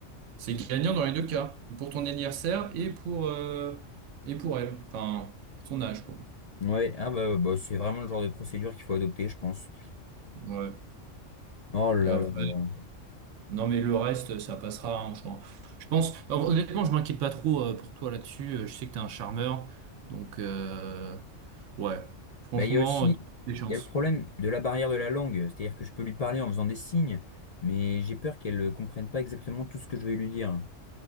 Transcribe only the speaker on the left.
Ouais, ah bah, bah, c'est vraiment le genre de procédure qu'il faut adopter, je pense.
Oh là
là là là.
Bah, il y a aussi,
il y a le problème de la barrière de la langue, c'est-à-dire que je peux lui parler en faisant des signes, mais j'ai peur qu'elle ne comprenne pas exactement tout ce que je vais lui dire.